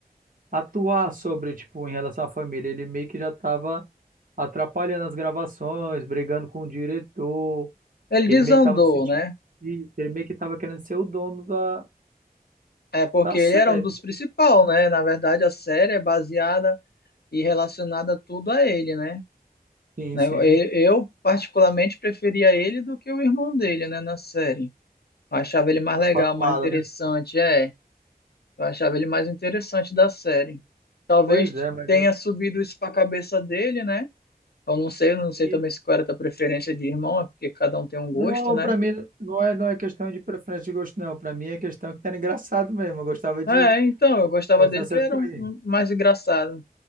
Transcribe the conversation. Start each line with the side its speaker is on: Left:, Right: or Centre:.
Right: atuar sobre, tipo, em relação à família. Ele meio que já estava atrapalhando as gravações, brigando com o diretor.
Left: Ele
Right: Ele
Left: desandou,
Right: meio que estava sentindo
Left: né?
Right: isso, ele meio que estava querendo ser o dono da,
Left: É porque
Right: da
Left: ele
Right: série.
Left: era um dos principais, né? Na verdade, a série é baseada e relacionada tudo a ele, né?
Right: Sim,
Left: Né,
Right: sim.
Left: e- Eu, particularmente, preferia ele do que o irmão dele, né, na série. Eu achava ele mais
Right: Tá
Left: legal,
Right: falando
Left: mais
Right: nada,
Left: interessante,
Right: né?
Left: é. Eu achava ele mais interessante da série. Talvez
Right: Pois é, mas
Left: tenha
Right: é
Left: subido isso pra cabeça dele, né? Eu não sei, eu não sei
Right: assim,
Left: também se qual era a tua preferência de irmão, é porque cada um tem um gosto,
Right: Não,
Left: né?
Right: para mim não é, não é questão de preferência de gosto, não. Para mim é questão que era engraçado mesmo. Eu gostava de
Left: É, então, eu gostava
Right: gostava
Left: dele
Right: sempre
Left: que era
Right: que eu
Left: um,
Right: ia.
Left: um mais engraçado.